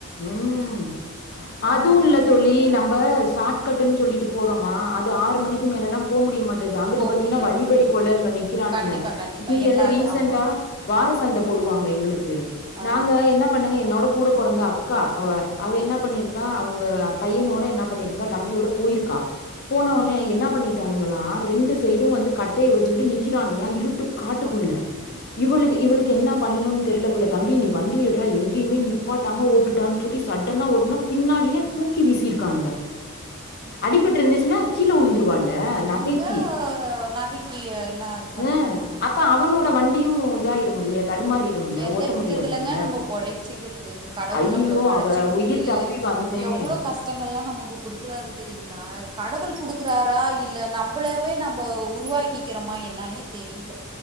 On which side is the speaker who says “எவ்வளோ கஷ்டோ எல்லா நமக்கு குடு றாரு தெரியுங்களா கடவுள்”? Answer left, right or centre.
Right